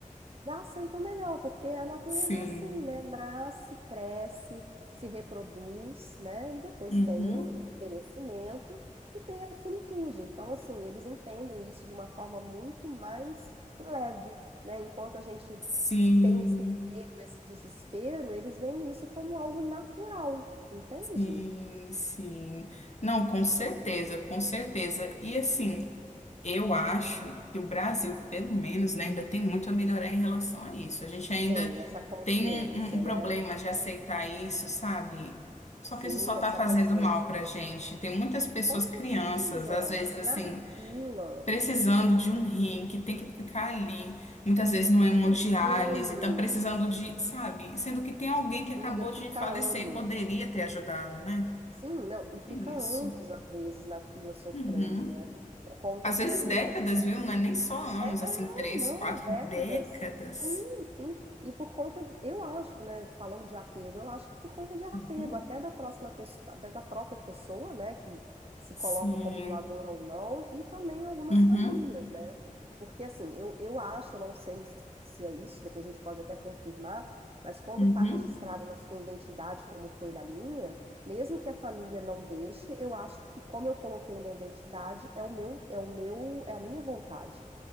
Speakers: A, on the right; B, on the left.
A: já aceitam melhor, porque a natureza
B: Sim.
A: é assim, né? Nasce, cresce, se reproduz, né? E depois
B: Uhum.
A: tem o o envelhecimento e tem a finitude. Então, assim, eles entendem isso de uma forma muito mais leve, né? Enquanto a gente
B: Sim,
A: tem esse medo, esse desespero, eles veem isso como algo natural, entende?
B: sim, sim. Não, com certeza, com certeza. E assim, eu acho que o Brasil, pelo menos, né, ainda tem muito a melhorar em relação a isso. A gente ainda
A: Tem essa consciência,
B: tem um, um- um problema
A: né?
B: de aceitar isso, sabe? Só
A: Sim,
B: que isso só
A: essa
B: tá fazendo
A: consciência.
B: mal pra gente. Tem muitas pessoas,
A: Com certeza.
B: crianças, às vezes assim.
A: Na fila.
B: precisando de um rim, que tem que ficar ali, muitas vezes
A: Sim,
B: não é uma diálise,
A: anos.
B: estão precisando de, sabe? Sendo que tem alguém que
A: Amiga,
B: acabou
A: fica
B: de falecer
A: anos.
B: e poderia ter ajudado, né?
A: Sim, não, e fica
B: É isso.
A: anos, às vezes, na fila sofrendo,
B: Uhum.
A: né? Por conta
B: Às
A: de,
B: vezes
A: às
B: décadas,
A: vezes,
B: viu? Não é nem só anos,
A: é,
B: assim,
A: é,
B: três,
A: não,
B: quatro
A: décadas.
B: décadas.
A: Sim, sim. E por conta, eu acho, né, falando de apego, eu acho que por conta de apego,
B: Uhum.
A: até da próxima pessoa, até da própria pessoa, né, que se
B: Sim.
A: coloca como doador ou não, e também algumas
B: Uhum.
A: famílias, né? Porque assim, eu, eu acho, eu não sei s- se é isso, depois a gente pode até confirmar, mas quando
B: Uhum.
A: está registrado na sua identidade, como foi na minha, mesmo que a família não deixe, eu acho que como eu coloquei na identidade, é o meu, é o meu, é a minha vontade.